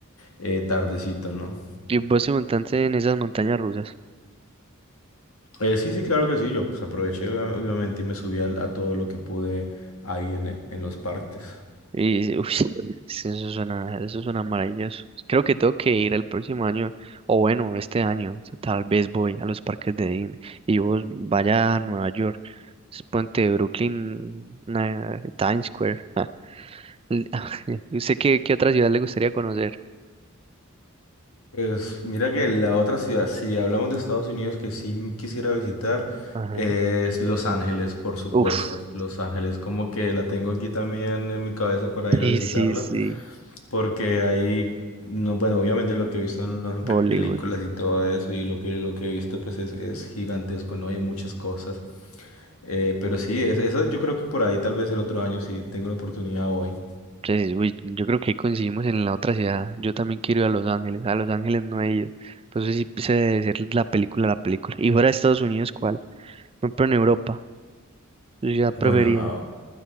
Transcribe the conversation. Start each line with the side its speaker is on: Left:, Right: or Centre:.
Left: eh, tardecito, ¿no?
Right: Y vos te montaste en esas montañas rusas.
Left: Eh, sí, sí, claro que sí, yo pues aproveché obvia- obviamente y me subí al- a todo lo que pude ahí en, en los parques.
Right: Y, uy, sí, sí, eso suena, eso suena maravilloso. Creo que tengo que ir el próximo año, o bueno, este año, tal vez voy a los parques de Disney y vos vaya a Nueva York, es puente de Brooklyn, na- Times Square. ah, l- <laughs> ¿Usted qué, qué otra ciudad le gustaría conocer?
Left: Pues mira que la otra ciudad, si hablamos de Estados Unidos, que sí m- quisiera visitar,
Right: Ajá.
Left: eh, es Los Ángeles, por supuesto.
Right: Uf.
Left: Los Ángeles, como que la tengo aquí también en mi cabeza para
Right: Sí,
Left: ir a visitarla.
Right: sí, sí.
Left: porque ahí, no, bueno, obviamente lo que he visto en, en
Right: Hollywood.
Left: películas y todo eso, y lo que, lo que he visto pues es, es gigantesco, ¿no? Hay muchas cosas. Eh, pero sí, es, eso yo creo que por ahí tal vez el otro año sí tengo la oportunidad hoy.
Right: Entonces, uy, yo creo que ahí coincidimos en la otra ciudad. Yo también quiero ir a Los Ángeles. A Los Ángeles no he ido. Pues eso sí se debe ser la película, la película. Y fuera de Estados Unidos, ¿cuál? Por ejemplo, en Europa. Yo ya prefería
Left: Bueno, a,